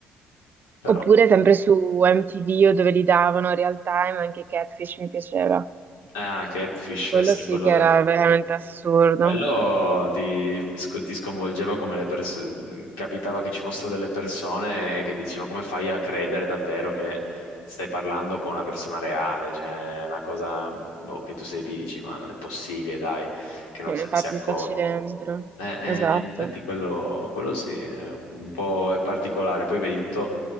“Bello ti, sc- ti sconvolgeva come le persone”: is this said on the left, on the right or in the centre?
Left